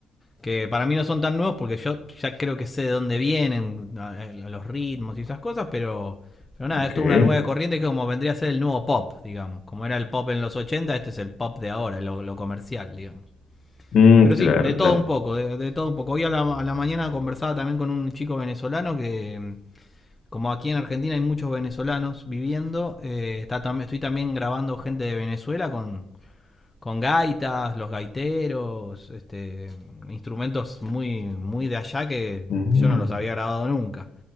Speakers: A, on the left; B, on the left.
A: Que para mí no son tan nuevos porque yo ya creo que sé de dónde vienen, a- a- los ritmos y esas cosas, pero, pero nada,
B: ok.
A: esto es una nueva corriente que como vendría a ser el nuevo pop, digamos. Como era el pop en los 80, este es el pop de ahora, lo, lo comercial, digamos.
B: Mm,
A: Pero
B: claro,
A: sí, de
B: claro.
A: todo un poco, de, de todo un poco. Hoy a la, a la mañana conversaba también con un chico venezolano que, mm, como aquí en Argentina hay muchos venezolanos viviendo, eh, está tam- estoy también grabando gente de Venezuela con, con gaitas, los gaiteros, este, instrumentos muy, muy de allá que
B: Mm,
A: yo no los había grabado nunca.